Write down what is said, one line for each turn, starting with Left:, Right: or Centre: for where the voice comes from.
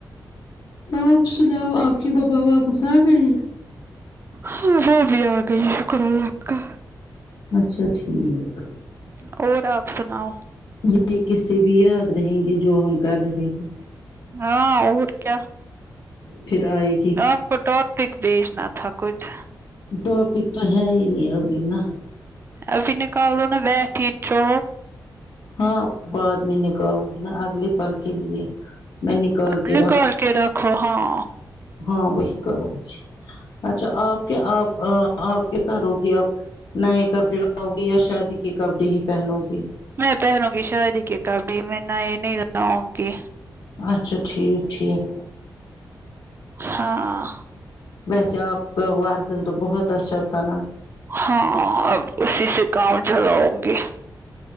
Left: آپ سناؤ آپ کی وپس آ گئی
Right: ہاں وہ بھی آ گئی شکر اللہ کا
Left: اچھا ٹھیک
Right: اور آپ سناؤ
Left: یہ کسسے بھی یاد رہیں گے جو ہم کر رہے ہیں
Right: ہاں اور کیا
Left: پھر آئی
Right: آپ کو ٹا پک بھیجنا تھا کچھ
Left: ٹاپک تو ہے ہی نہیں ابھی نہ
Right: ابھی نکالو نہ بیٹھی چو
Left: ہاں بعد میں نکالوں گی نہ اگلے پل کے لیے میں نکال
Right: اپنے
Left: کے رکھ
Right: کر کے رکھو ہاں
Left: ہاں وہی کرو اچھا آپ کیا آپ آپ کیا کرو گی اب نئے کپڑے لاؤ گی یا شادی کے کپڑے ہی پہنو گی
Right: میں پہنوں گی شادی کےکپڑے میں نۓ نہیں لونگی گی
Left: اچھا ٹھیک ٹھیک
Right: ہاں
Left: ویسے آپ کا اردن تو بہت اچھا تھا نہ
Right: ہاں اب اسی سے کام چلاؤ ں گی